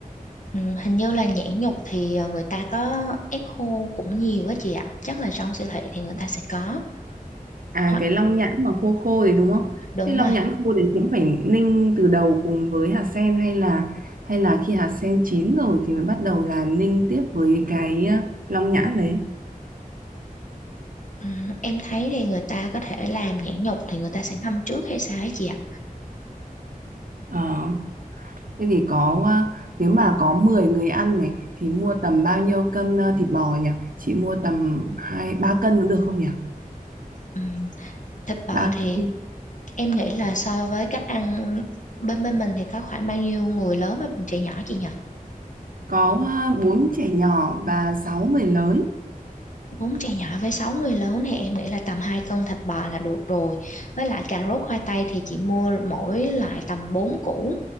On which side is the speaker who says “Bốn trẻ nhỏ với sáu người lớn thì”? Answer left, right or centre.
Left